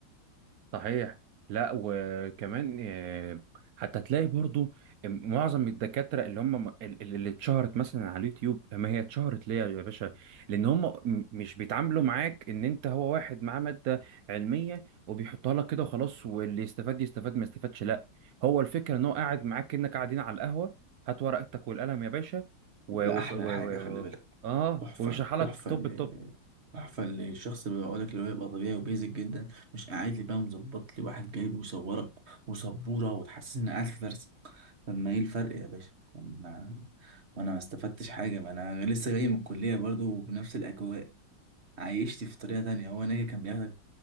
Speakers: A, on the right; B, on the right.
A: صحيح لا وكمان آه، حتى تلاقي برضو معظم الدكاترة اللي هم اللي اللي اتشهرت مثلا على اليوتيوب ما هي اتشهرت ليه يا باشا لان هم م- مش بيتعاملوا معاك ان انت هو واحد معاه مادة علمية وبيحطها لك كده وخلاص واللي يستفاد يستفاد ما يستفادش لا هو الفكرة ان هو قاعد معاك انك قاعدين على القهوة هات ورقتك والقلم يا باشا و...
B: ده
A: و...
B: احلى
A: و... و...
B: حاجه خلي بالك
A: و... اه
B: تحفه
A: وبيشرح لك
B: تحفه
A: طب
B: اللي تحفه اللي الشخص اللي بيقول لك اللي هو يبقى طبيعي وبيزك جدا مش قاعد لي بقى مظبط لي واحد جايبه ويصورك وسبوره وتحسسني اني قاعد في درس طب ما ايه الفرق يا باشا طب ما انا ما انا ما استفدتش حاجه ما انا لسه جاي من الكليه برضه بنفس الاجواء عايشت في طريقة تانية هو ناجي كان بياخدك